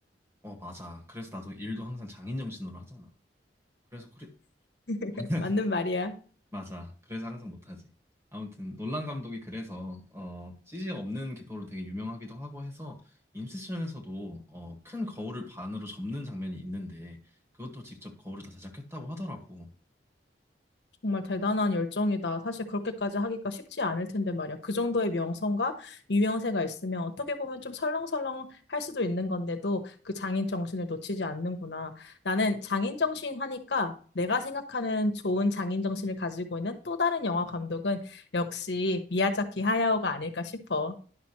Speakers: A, on the right; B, on the left.
A: 어, 맞아. 그래서 나도 일도 항상 장인 정신으로 하잖아. 그래서 코리
B: <laughs>
A: <laughs>
B: 맞는 말이야.
A: 맞아. 그래서 항상 못하지. 아무튼 놀란 감독이 그래서 어, CG 없는 기법으로 되게 유명하기도 하고 해서 인셉션에서도 어, 큰 거울을 반으로 접는 장면이 있는데 그것도 직접 거울을 다 제작했다고 하더라고.
B: 정말 대단한 열정이다. 사실 그렇게까지 하기가 쉽지 않을 텐데 말이야. 그 정도의 명성과 유명세가 있으면 어떻게 보면 좀 설렁설렁 할 수도 있는 건데도 그 장인 정신을 놓치지 않는구나. 나는 장인 정신 하니까 내가 생각하는 좋은 장인 정신을 가지고 있는 또 다른 영화 감독은 역시 미야자키 하야오가 아닐까 싶어.